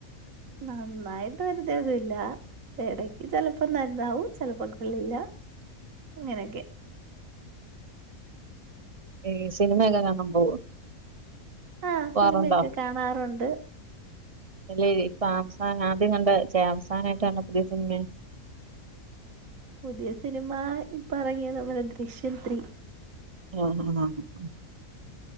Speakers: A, on the right; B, on the right.
A: നന്നായിട്ട് വേരുന്നേ ഒന്നുഇല്ല ഇടക്ക് ചിലപ്പോ നന്നാവും ചിലപ്പോ കൊള്ളില്ല അങ്ങനെഓക്കെ
B: ഈ സിനിമഓക്കെകണം പോവോ
A: ആഹ്
B: പോവാറുണ്ടോ
A: സിനിമഒക്കെ കാണാറുണ്ട്
B: അല്ലേ ഇപ്പൊ അവസാന ആദ്യം കണ്ട ചേ അവസാന ആയിട്ട് കണ്ട പുതിയ സിനിമേ
A: പുതിയ സിനിമ ഇപ്പറങ്ങിയ നമ്മുടെ ദൃശ്യ ത്രീ
B: ആഹ് ആഹ് ആഹ് ആഹ്